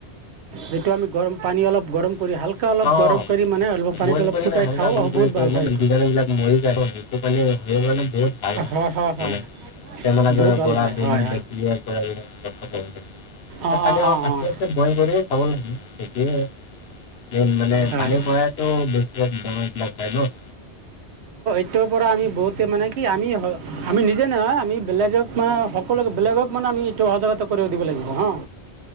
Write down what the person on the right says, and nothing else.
যিটো আমি গৰম পানী অলপ গৰম,
কৰি হালকা অলপ গৰম কৰি মানে অলপ পানীটো অলপ ফুটাই খাওঁ অঁ বহুত ভাল হয় এইটো হয় হয় হয় বহুত ভাল হয় হয় হয় অঁ অঁ অঁ অঁ
হয়
ইটোৰ পৰা আমি বহুতে মানে কি আমি -আমি নিজে নহয়, আমি বেলেগক মানে সকলোকে বেলেগক মানে আমি এইটো সজাগতা কৰাই দিব লাগিব হাঁ